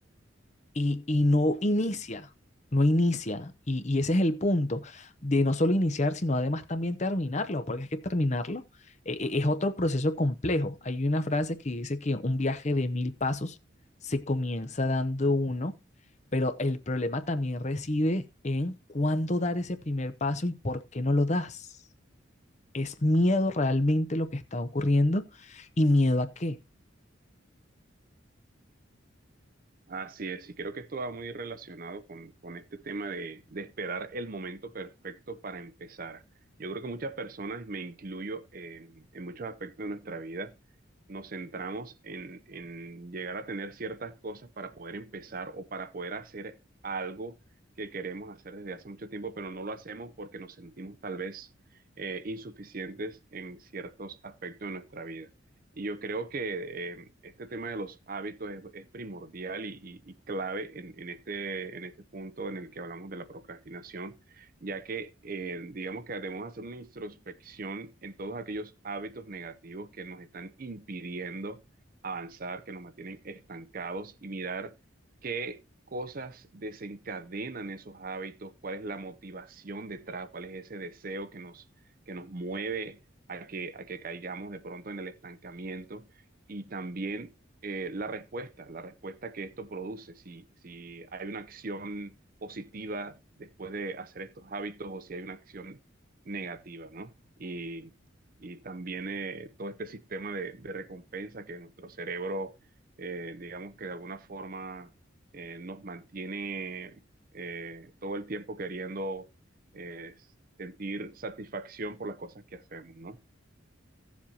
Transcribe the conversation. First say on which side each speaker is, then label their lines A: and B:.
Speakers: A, on the left; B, on the right.
A: y, y no inicia, no inicia. Y, y ese es el punto de no solo iniciar, sino además también terminarlo, porque es que terminarlo eh, eh, es otro proceso complejo. Hay una frase que dice que un viaje de mil pasos se comienza dando uno, pero el problema también reside en cuándo dar ese primer paso y por qué no lo das. Es miedo realmente lo que está ocurriendo y miedo a qué.
B: Así es, y creo que esto va muy relacionado con, con este tema de, de esperar el momento perfecto para empezar. Yo creo que muchas personas, me incluyo en, en muchos aspectos de nuestra vida, nos centramos en, en llegar a tener ciertas cosas para poder empezar o para poder hacer algo que queremos hacer desde hace mucho tiempo, pero no lo hacemos porque nos sentimos tal vez eh, insuficientes en ciertos aspectos de nuestra vida. Y yo creo que eh, este tema de los hábitos es, es primordial y, y- y clave en, en este, en este punto en el que hablamos de la procrastinación, ya que eh, digamos que debemos hacer una introspección en todos aquellos hábitos negativos que nos están impidiendo avanzar, que nos mantienen estancados y mirar qué cosas desencadenan esos hábitos, cuál es la motivación detrás, cuál es ese deseo que nos, que nos mueve a que, a que caigamos de pronto en el estancamiento y también eh, la respuesta, la respuesta que esto produce, si, si hay una acción positiva después de hacer estos hábitos o si hay una acción negativa, ¿no? Y, y también eh, todo este sistema de, de recompensa que nuestro cerebro, eh, digamos que de alguna forma eh, nos mantiene eh, todo el tiempo queriendo eh, sentir satisfacción por las cosas que hacemos, ¿no?